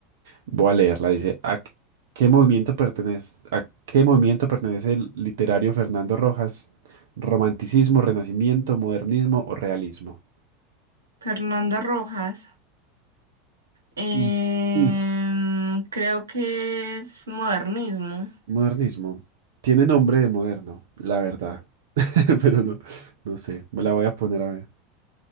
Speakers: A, on the right; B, on the right.
A: voy a leerla. Dice, ¿a qué qué movimiento pertenece, a qué movimiento pertenece el literario Fernando Rojas? ¿Romanticismo, renacimiento, modernismo o realismo?
B: Fernando Rojas. Em,
A: Mm. Mm,
B: creo que es modernismo.
A: Modernismo. Tiene nombre de moderno, la verdad. <laughs> pero no, no sé, me la voy a poner a ver.